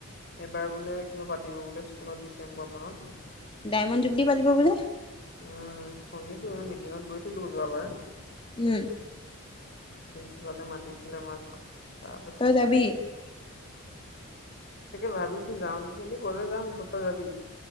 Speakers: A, on the left; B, on the left.
A: এবাৰ বোলে কিবা পাতিব বোলে স্কুলত ডিচেম্বৰ মানত?
B: ডায়মণ্ড জুবলি পাতিব বোলে।
A: উম, <unintelligible> মিটিঙত গৈছিলো যোৱাবাৰ।
B: উম।
A: প্ৰিন্সিপালে মাতিছিলে আমাক তাৰপাছত
B: তই যাবি?
A: তাকে ভাবিছো যাওঁ নেকি কিন্তু গলে যাম ত-তই যাবি?